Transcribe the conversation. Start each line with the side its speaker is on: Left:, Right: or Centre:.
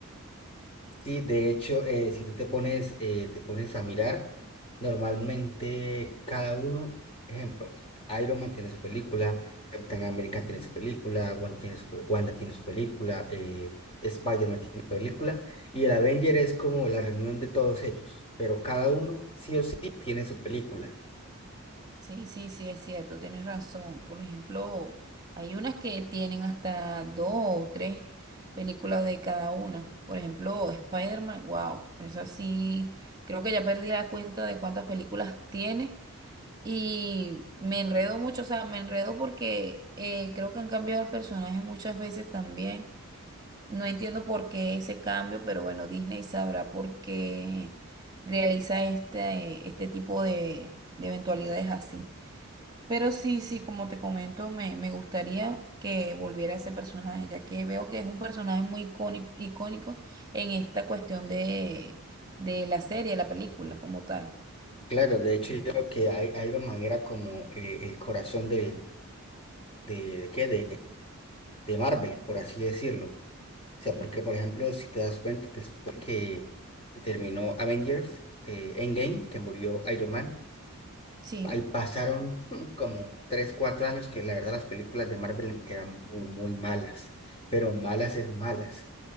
Left: Sí, de hecho, eh, si tú te pones, eh, te pones a mirar, normalmente cada uno, ejemplo, Iron Man tiene su película, Capitán América tiene su película, Wanda tiene su, Wanda tiene su película, eh, Spider-Man tiene su película, y el Avenger es como la reunión de todos ellos, pero cada uno sí o sí tiene su película.
Right: Sí, sí, sí, es cierto, tienes razón. Por ejemplo, hay unas que tienen hasta dos o tres películas de cada una. Por ejemplo, Spider-Man, wow, es así. Creo que ya perdí la cuenta de cuántas películas tiene y me enredo mucho, o sea, me enredo porque eh, creo que han cambiado el personaje muchas veces también. No entiendo por qué ese cambio, pero bueno, Disney sabrá por qué realiza este, este tipo de de eventualidades así. Pero sí, sí, como te comento, me, me gustaría que volviera ese personaje, ya que veo que es un personaje muy icónico icónico, en esta cuestión de, de la serie, la película como tal.
Left: Claro, de hecho yo creo que I- Iron Man era como eh, el corazón de, de, ¿de qué? De, de Marvel, por así decirlo O sea,
Right: Sí,
Left: porque por ejemplo, si te das cuenta, después que se terminó Avengers, eh, Endgame, que murió Iron Man,
Right: sí.
Left: ahí pasaron <laughs> hmm, como 3 4 años que la verdad las películas de Marvel eran muy, muy malas, pero malas es malas,